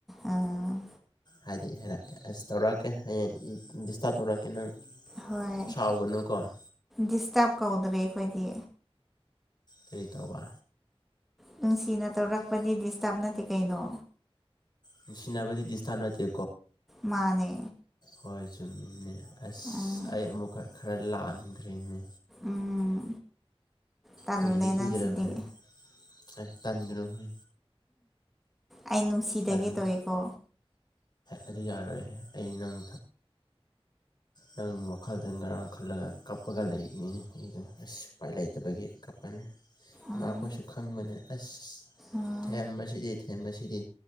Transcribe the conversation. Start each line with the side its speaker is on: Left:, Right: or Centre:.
Centre: ꯑꫭ
Left: ꯍꯥꯏꯗꯤ ꯍꯥꯏꯔꯛꯀꯦ ꯑꯁ ꯇꯧꯔꯛꯀꯦ ꯍꯌꯦꯡ ꯗꯤꯁꯇꯞ ꯇꯧꯔꯛꯀꯦ ꯅꯪ
Centre: ꯍꯣꯏ
Left: ꯁꯥꯎꯒꯅꯨꯀꯣ
Centre: ꯗꯤꯁꯇꯞ ꯀꯧꯗ꯭ꯔꯦ ꯑꯈꯣꯏꯗꯤ
Left: ꯀꯩ ꯀꯧꯕ
Centre: ꯅꯨꯡꯁꯤꯅ ꯇꯧꯔꯛꯄꯗꯤ ꯗꯤꯁꯇꯞ ꯅꯠꯇꯦ ꯀꯩꯅꯣ
Left: ꯅꯨꯡꯁꯤꯅꯕꯗꯤ ꯗꯤꯁꯇꯥꯞ ꯅꯠꯇꯦ
Centre: ꯃꯥꯅꯦ
Left: ꯍꯣꯏ ꯆꯨꯝꯃꯤꯅꯦ ꯑꯁ
Centre: ꯑꯥ
Left: ꯑꯩ ꯑꯃꯨꯛꯀ ꯈꯔ ꯂꯥꯟꯈ꯭ꯔꯦꯅꯦ
Centre: ꯎꯝ ꯇꯜꯂꯦ
Left: ꯀꯨꯏꯗꯤ ꯀꯨꯏꯗ꯭ꯔꯕꯅꯤ
Centre: ꯅꯪꯁꯤꯗꯤ
Left: ꯑꯥꯏ ꯇꯟꯒꯅꯣꯍꯦ
Centre: ꯑꯩ ꯅꯨꯡꯁꯤꯗꯒꯦ
Left: ꯇꯟꯕ
Centre: ꯇꯧꯋꯤꯀꯣ
Left: ꯑꯗꯨ ꯌꯥꯔꯣꯏꯍꯦ ꯑꯩ ꯅꯪ ꯅꯪ ꯋꯥꯈꯜꯗ ꯉꯔꯥꯡ ꯈꯜꯂꯒ ꯀꯞꯄꯒ ꯂꯩꯒꯅꯤ ꯑꯩꯗꯣ ꯑꯁ ꯎꯄꯥꯏ ꯂꯩꯇꯕꯒꯤ ꯀꯞꯄꯅꯦ ꯏꯃꯥꯈꯣꯏꯁꯨ
Centre: ꯑꯥ
Left: ꯈꯪꯕꯅꯦ ꯑꯁ
Centre: ꯑꯥ
Left: ꯊꯦꯝꯕꯁꯤꯗꯤ ꯊꯦꯝꯕꯁꯤꯗꯤ